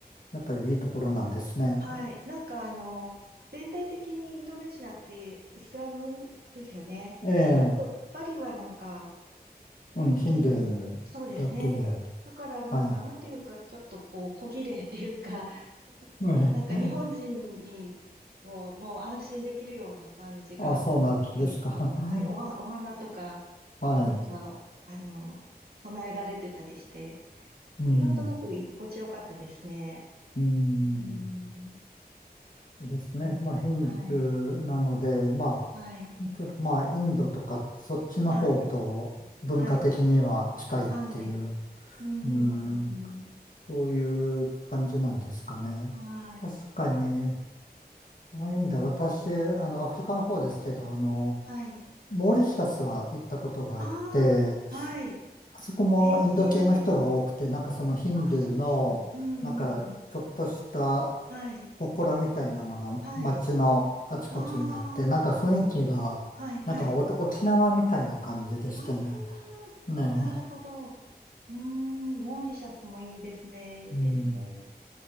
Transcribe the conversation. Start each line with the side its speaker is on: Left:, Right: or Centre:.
Left: やっぱりいいところなんですね。
Right: はい。なんかあの、全体的にインドネシアってイスラムですよね。
Left: ええ、
Right: バリはなんか、
Left: うん、ヒンドゥーだっていう、
Right: そうですね。だからなんか、
Left: はい。
Right: なんていうか、ちょっとこう、小綺麗っていうか、
Left: <laughs>
Right: なんか日本人に、
Left: ええ。
Right: こう、もう安心できるような感じがあって、
Left: あ、そうなんですか。<laughs>
Right: はい、おは、お花とか、
Left: はい。
Right: なんか、あの、備えられてたりして、
Left: うん。
Right: なんとなく居心地よかったですね。
Left: うーん、
Right: うん。
Left: ですね。
Right: もうはい、
Left: まあ、ヒンドゥーなので、ま
Right: はい、
Left: あ、ちょっとまあ、インドとか、そっちの方と文化的には近いっていう、
Right: はい、はい、はい、うーん、
Left: うーん、そういう感じなんですかね。
Right: はい、
Left: 確かに、その意味では私、あの、アフリカの方ですけど、あの、
Right: はい。
Left: モーリシャスは行ったことがあって、
Right: ああ、はい、
Left: あそこもインド系の人が多くて、
Right: ええ
Left: なんかそのヒンドゥーの、
Right: ああ、そうですか。うん、
Left: なんか、
Right: うん、うん。
Left: ちょっとした、
Right: はい、
Left: 祠みたいなのが街のあちこちにあって、
Right: はい。ああ、
Left: なんか雰囲気が、
Right: はいはい。
Left: なんかお沖縄みたいな感じでしたね。
Right: ああ、
Left: ね
Right: なるほど。
Left: え。
Right: うーん、モーリシャスもいいですね。いいですね。
Left: うん。